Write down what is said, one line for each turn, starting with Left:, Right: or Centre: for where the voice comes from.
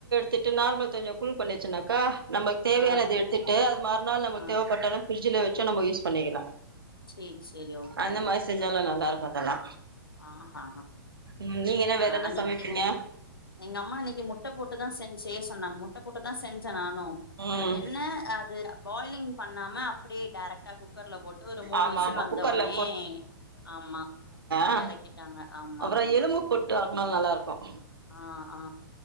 Right: திட்டு நார்மல் தண்ணிய கூல் வச்சிருந்தனக்கா நமக்கு தேவையானது
Left: ஆ
Right: எடுத்துட்டு அது மறுநாள் நமக்கு
Left: ஆ
Right: தேவைப்பட்டாலு பிரிட்ஜுல வெச்சு நம்மயூஸ் பண்ணிக்கலா
Left: சேரி சேரி ஓகே
Right: அந்த மாரி செஞ்சாலு நல்லா இருக் பதல்லா
Left: ஆஹா
Right: உம் நீங்க என்ன
Left: ஆ
Right: வேற என்ன
Left: அன்னைக்கு
Right: சமைப்பீங்க
Left: எங்க அம்மா அன்னக்கி முட்ட போட்டு தான் செஞ் செய்ய சொன்னாங்க முட்ட போட்டு தான் செஞ் நானும்
Right: ம்
Left: பட் என்ன அது பாய்லிங்ப் பண்ணாம அப்டியே டைரக்டா குக்கர்ல போட்டு ஒரு மூணு
Right: ஆமா
Left: விசில்
Right: ஆமா
Left: வந்தவுடனே
Right: குக்கர்ல
Left: ஆமா
Right: ஆ
Left: எறக்கிட்டாங்க ஆமா
Right: அப்புறம் எலும்பு போட்டு ஆக்குனாலும் நல்லா இருக்கும்
Left: ஆ ஆ